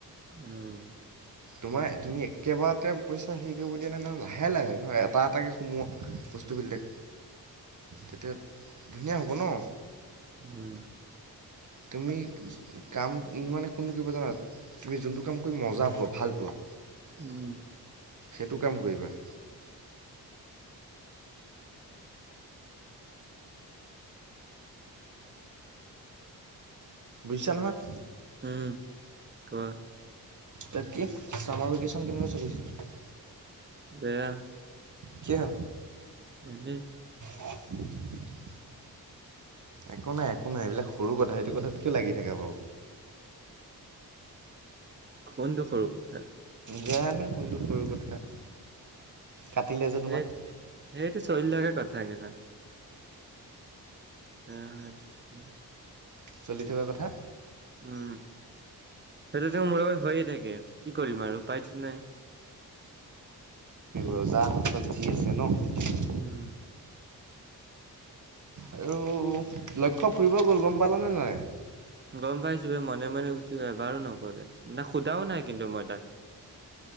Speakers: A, on the right; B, on the right.
A: উম।
B: তোমাৰ তুমি একেবাৰতে পইচা হেৰি কৰিব দিয়া নাই নহয় লাহে লাহে ধৰক এটা এটাকৈ সোমোৱা বস্তুবিলাক। তেতিয়া ধুনীয়া হ'ব ন।
A: উম
B: তুমি কাম মানে কোনো কৰিবা জানাত তুমি যোনটো কাম কৰি মজা পোৱা ভাল পোৱা
A: উম
B: সেইটো কাম কৰিবা। বুজিছা নহয়।
A: উম কোৱা
B: তাকে চামাৰ ভেকেশচন কেনেক চলিছে।
A: বেয়া।
B: কিয়?
A: এনেই।
B: <unintelligible> একো নাই একো নাই এইবিলাক সৰু কথা সেইটো কথাত কিয় লাগি থাকা বাৰু।
A: কোনটো সৰু কথা।
B: জানো কোনটো সৰু কথা কাটিলে যে
A: সেই
B: তোমাক।
A: সেইটো চলি লোৱা কথা কেলা। <unintelligible>
B: চলি থকা কথা।
A: উম। সেইটো মোৰ লগত হৈয়ে থাকে। কি কৰিম আৰু পাইতো নাই।
B: ৰজা মতলপ বহি আছে ন।
A: উম।
B: আৰু লক্ষ্য ফুৰিব গ'ল গম পালানে নাই।
A: গম পাইছোঁ মনে মনে গুছি এবাৰো নকলে না সোধাও নাই কিন্তু মই তাক।